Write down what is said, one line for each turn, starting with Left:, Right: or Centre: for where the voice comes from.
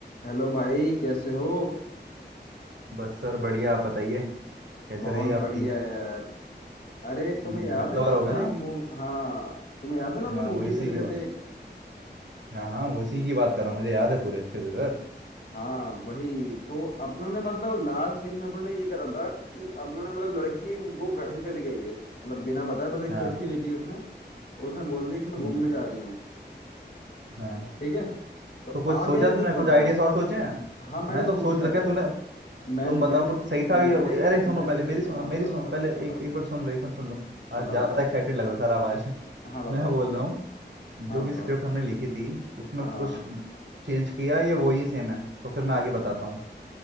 Left: Hello भाई कैसे हो
Right: बस सर बढ़िया आप बताइए कैसे
Left: बहुत
Right: रही
Left: बढ़िया
Right: आपकी
Left: यार अरे तुम्हें
Right: हम्म,
Left: याद
Right: हफ्तावार
Left: है ना अपना
Right: हो गया ना
Left: एक मूव हाँ तुम्हें याद है ना अपना
Right: हाँ
Left: मूवी
Right: वो इसी
Left: लिख
Right: की
Left: रहे
Right: बात
Left: थे
Right: हाँ हाँ वो इसी की बात कर रहा हूँ मुझे याद है पूरे अच्छे से सर
Left: हाँ वही तो अपनों ने मतलब लास्ट सीन में अपनों ने ये करा था कि अपनों ने मतलब लड़की वो घर से चली गई है मतलब बिना बताए बस एक
Right: हाँ
Left: चिट्ठी लिखी उसने और उसने बोल दिया कि मैं
Right: हम्म,
Left: घूमने जा रही हूँ
Right: हाँ
Left: ठीक है तो
Right: तो कुछ
Left: आगे
Right: सोचा तुमने
Left: कुछ बताओ
Right: कुछ आइडियाज और सोचे हैं
Left: हाँ मैंने
Right: मैं
Left: सोचा
Right: तो सोच रखा
Left: है
Right: है तूने
Left: मैं
Right: तुम
Left: मैंने
Right: बताओ कुछ सही था भी
Left: मैंने
Right: अरे सुनो
Left: मैंने
Right: पहले मेरी
Left: सोचा
Right: सुनो
Left: हाँ
Right: मेरी
Left: बताओ
Right: सुनो
Left: बताओ
Right: पहले
Left: बताओ
Right: एक एक बार सुन लो एक बार सुन लो
Left: बताओ
Right: आज ज्यादा
Left: बताओ
Right: एक्साइटेड लग रहे हो सर आवाज <laughs>
Left: हाँ बताओ
Right: मैं बोल
Left: बताओ
Right: रहा हूँ जो
Left: हाँ
Right: भी
Left: बताओ
Right: स्क्रिप्ट हमने लिखी थी उसमें
Left: हाँ
Right: कुछ
Left: हाँ।
Right: चेंज किया ये वही सेम है तो फिर मैं आगे बताता हूँ